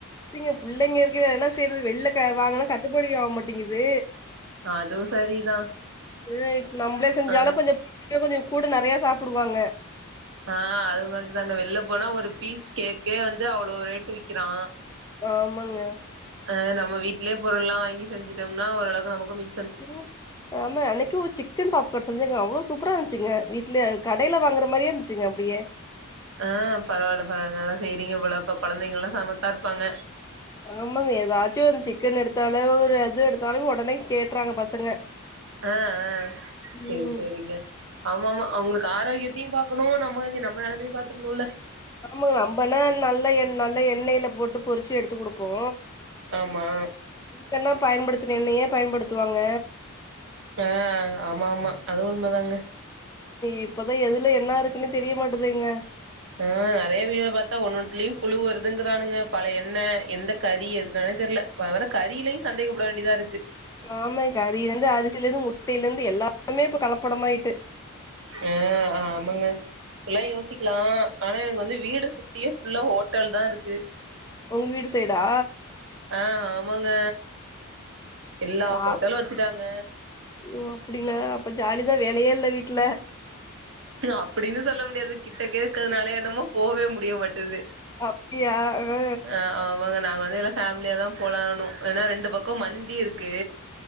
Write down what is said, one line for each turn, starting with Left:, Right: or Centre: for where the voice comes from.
Left: நீங்க புள்ளைங்க இருக்கு வேற என்னா செய்யறது வெள்ல க வாங்குனா கட்டுப்படி ஆக மாட்டிகிது
Right: அதுவு சரிதா
Left: ஆ நம்மளே செஞ்சாலு
Right: ஆ
Left: கொஞ்ச இன்ன கொஞ்ச கூட நெறைய சாப்புடுவாங்க
Right: ஆ அதுவு கரக்டு தாங்க வெளில போனா ஒரு பீஸ் கேக்கே வந்து அவ்ளோ ரேட்டு விக்கிறா
Left: ஆமங்க
Right: ஆ நம்ம வீ்ட்லய பொருள்லா வாங்கி செஞ்சுடம்னா ஓரளவுக்கு நமக்கு மி
Left: ம் ஆமா அன்னைக்கு சிக்கன் பாப்கான் செஞ்சங்க அவ்ளோ சூப்பரா இருந்ச்சுங்க வீ வீட்ல கடேல வாங்குற மாரியே இருந்ச்சுங்க அப்டியே
Right: ஆ பரவால்ல பரவால்ல நல்லா செய்றீங்க போல அப்ப கொழந்தைங்கல்லா சமத்தா இருப்பாங்க
Left: ஆமாங்க ஏதாச்சு வந்து சிக்கன் எடுத்தாலு ஒரு எது எடுத்தாலு ஒடனே கேட்றாங்க பசங்க
Right: ஆ ஆ சேர்
Left: ம்
Right: சேரிங்க ஆமா ஆமா அவுங்களுக்கு ஆரோக்கியத்தையு பாக்கணு நம்ம கஞ்சி நம்ம நெலமையு பாத்துக்கணுல்ல
Left: ஆமாங்க நம்மனா நல்ல எண்ண நல்ல எண்ணேல போட்டு பொறுச்சு எடுத்து குடுப்போ
Right: ஆமா
Left: இப்பன்னா பயன்படுத்துன எண்ணைய பயன்படுத்துவாங்க
Right: ஆ ஆமா ஆமா அது உண்மதாங்க
Left: இப்பதா எதுல என்ன இருக்குன்னு தெரியமாட்டுதுங்க
Right: ஆ நெறைய வீடியோல பாத்தா ஒன்னொன்துலயும் புழு வருதுங்கிறானுங்க பழய எண்ண எந்த கறி எதுனாலே தெரில வர வர கறியிலயும் சந்தேக்கப்பட வேண்டியதா இருக்கு
Left: ஆமா கறியில இருந்து அரிசில இருந்து முட்டையில இருந்து எல்லாமே இப்ப கலப்படமாயிட்டு
Right: அ ஆமாங்க ஃபுல்லா யோசிக்கலாம் ஆனா எனக்கு வந்து வீடு சுத்தியும் ஃபுல்லா ஹோட்டல் தா இருக்கு
Left: உங்க வீடு சைடா
Right: அ ஆமாங்க எல்லா
Left: சாப்
Right: ஹோட்டலு வச்சுட்டாங்க
Left: ஓ அப்டின்னா அப்ப ஜாலிதா வேலையே இல்ல வீட்ல
Right: அப்டின்னு சொல்ல முடியாது கிட்டகே இருக்கறதுனால என்னமோ போவே முடிய மாட்டுது
Left: ஓ அப்டியா ஆ
Right: ஆ ஆமாங்க நாங்க வந்து எல்லா ஃபேமிலியாதா போலாணு ஏன்னா ரெண்டு பக்கம் மந்தி இருக்கு